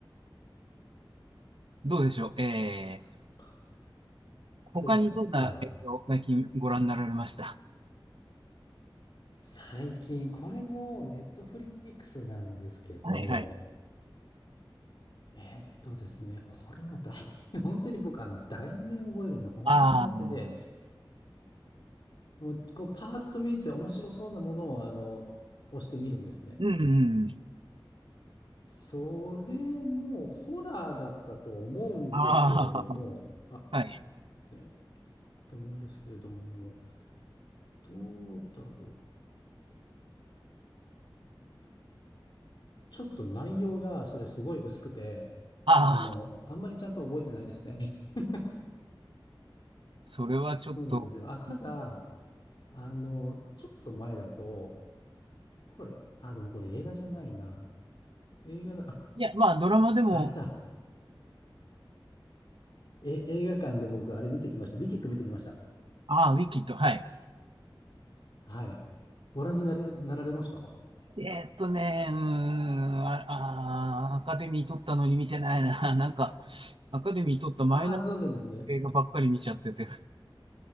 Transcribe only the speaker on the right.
どうでしょう。え
え他にどんな映画を最近ご覧になられました
はいはい。
ああ、
うんうん。
あ
あ、はい。
ああ、
それはちょっと。
うん
いや、まあ、ドラマでも
ああ、ウィキッド、はい。
えーっとね、うーん、ああー、アカデミー取ったのに見てないな。<laughs> なんか、アカデミー取ったマイナー
映画ばっかり見ちゃってて。